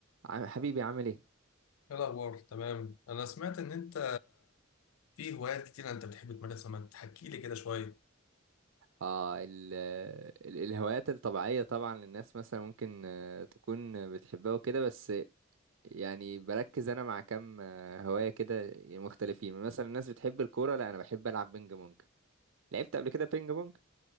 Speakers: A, on the right; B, on the left.
A: عم- حبيبي عامل ايه؟
B: ايه الاخبار تمام انا سمعت ان انت في هوايات كتير انت بتحب تمارسها ما تحكي لي كده شويه
A: اه ال ال الهوايات الطبيعية طبعا للناس مثلا ممكن آه، تكون بتحبها وكده بس يعني بركز انا مع كام آه، هواية كده يعني مختلفين مثلا الناس بتحب الكورة لا انا بحب العب بينج بونج لعبت قبل كده بينج بونج؟